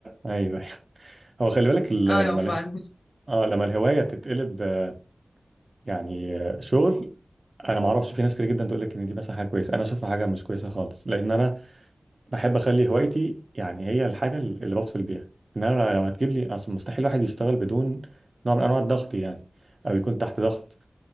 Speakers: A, on the right (about 45°); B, on the left (about 65°).
A: أيوه هو خلي بالك ال-
B: اه
A: لما
B: ف
A: اله-
B: <laughs>
A: اه لما الهوايه تتقلب آه، يعني آه، شغل انا ما اعرفش في ناس كتير جدا تقول لك ان دي مثلا حاجه كويسه انا اشوفها حاجه مش كويسه خالص لان انا بحب اخلي هوايتي يعني هي الحاجه اللي بفصل بيها ان انا لو هتجيب لي اصل مستحيل الواحد يشتغل بدون نوع من انواع الضغط يعني او يكون تحت ضغط